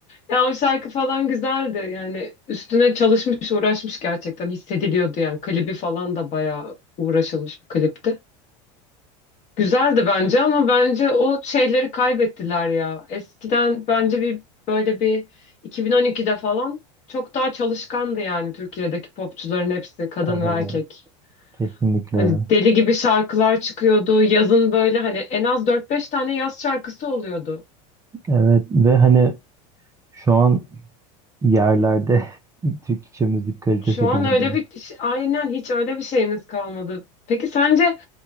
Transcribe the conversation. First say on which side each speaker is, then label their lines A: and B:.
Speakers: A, on the left; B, on the right.
A: Ya o şarkı falan güzeldi. Yani üstüne çalışmış, uğraşmış gerçekten. Hissediliyordu yani. Klibi falan da bayağı uğraşılmış bir klipti. Güzeldi bence ama bence o şeyleri kaybettiler ya. Eskiden bence bir böyle bir 2012'de falan çok daha çalışkandı yani Türkiye'deki popçuların hepsi kadın
B: <laughs>
A: ve erkek.
B: Evet. Kesinlikle.
A: Hani deli gibi şarkılar çıkıyordu. Yazın böyle hani en az dört beş tane yaz şarkısı oluyordu.
B: Evet ve hani şu an yerlerde <laughs> Türkçe müzik kalitesi
A: Şu an
B: bence.
A: öyle bir kişi, aynen hiç öyle bir şeyimiz kalmadı. Peki sence